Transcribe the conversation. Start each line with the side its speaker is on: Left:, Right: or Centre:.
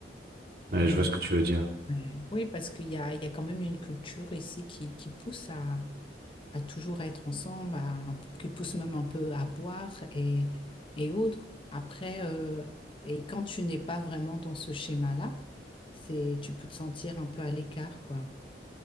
Right: Ouais,
Left: Bien,
Right: je vois
Left: je-
Right: ce que tu veux dire.
Left: Ouais. Oui, parce qu'il y a, il y a quand même une culture ici qui, qui pousse à à toujours être ensemble, à, un- qui poussent même un peu à boire et, et autres. Après, euh, et quand tu n'es pas vraiment dans ce schéma-là, c'est, tu peux te sentir un peu à l'écart, quoi.